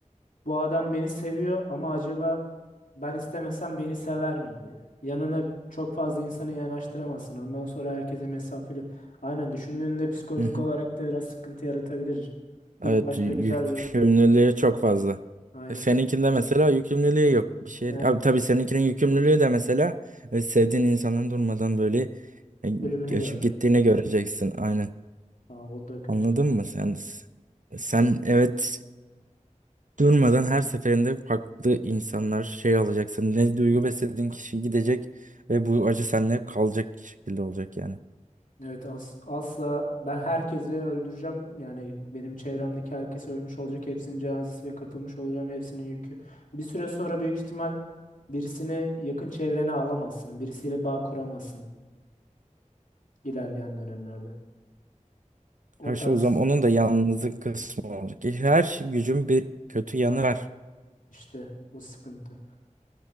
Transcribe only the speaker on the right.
Hı hı.
Evet
y- yükümlülüğü
çok fazla.
E, Seninkinde mesela yükümlülüğü yok. Bir şey.
Abi tabii seninkinin yükümlülüğü de mesela e, sevdiğin insanın durmadan böyle e,
göçüp
gittiğini göreceksin. Aynen.
Anladın
mı sen? Sen evet Durmadan her seferinde farklı insanlar şey alacaksın. Ne duygu beslediğin kişi gidecek ve bu acı seninle hep kalacak şekilde olacak yani.
Her
şey o zaman onun da yalnızlık kısmı olacak. E, Her şey, gücün bir kötü yanı
var.